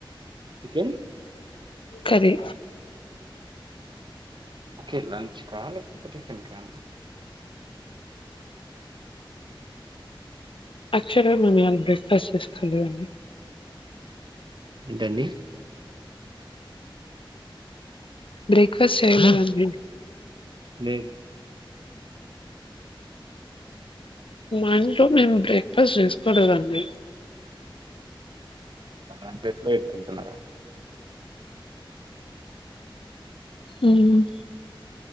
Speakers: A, on the right; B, on the left.
A: chicken
B: curry
A: okay lunch కా లేకపోతే టిఫిన్ కా
B: యాక్చువల్గా మేము ఇవాళ బ్రేక్ఫాస్ట్ చేసుకోలేదండి
A: ఏంటండి
B: బ్రేక్ఫాస్ట్ చేసుకోలేదు అండి
A: లే
B: ముందు మేము బ్రేక్ఫాస్ట్ చేసుకోలేదండి
A: అంటే ఎట్లో ఇది తింటున్నారా
B: ఉమ్